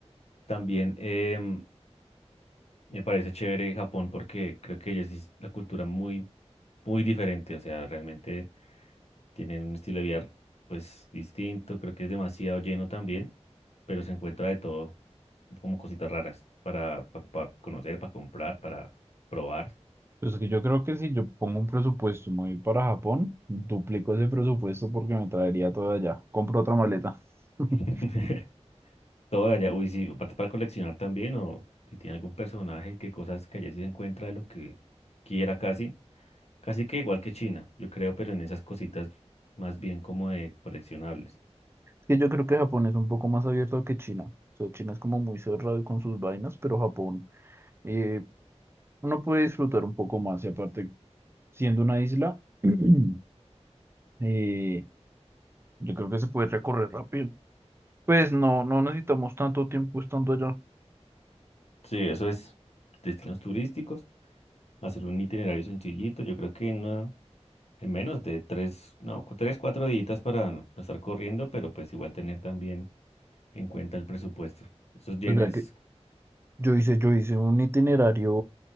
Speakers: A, on the left; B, on the right.
A: también em, me parece chévere Japón porque creo que ya sí es una cultura muy, muy diferente. O sea, realmente. Tienen un estilo de vida pues distinto, creo que es demasiado lleno también, pero se encuentra de todo, como cositas raras para, pa- pa conocer, para comprar, para probar.
B: Pues que yo creo que si yo pongo un presupuesto y me voy para Japón, duplico ese presupuesto porque me traería todo allá. Compro otra maleta. <laughs>
A: <laughs> Todo de allá, uy, sí, aparte para coleccionar también, o si tiene algún personaje, que cosas que allá sí se encuentra de lo que quiera casi, casi que igual que China, yo creo, pero en esas cositas más bien como de coleccionables.
B: que yo creo que Japón es un poco más abierto que China. O sea, China es como muy cerrado y con sus vainas, pero Japón eh, uno puede disfrutar un poco más y aparte, siendo una isla, <clears throat> eh, yo creo que se puede recorrer rápido. Pues no, no necesitamos tanto tiempo estando allá.
A: Sí, eso es destinos turísticos, hacer un itinerario sencillito, yo creo que no. En menos de tres, no, cu- tres, cuatro días para no estar corriendo, pero pues igual tener también en cuenta el presupuesto. Esos yenes,
B: Es verdad que yo hice, yo hice un itinerario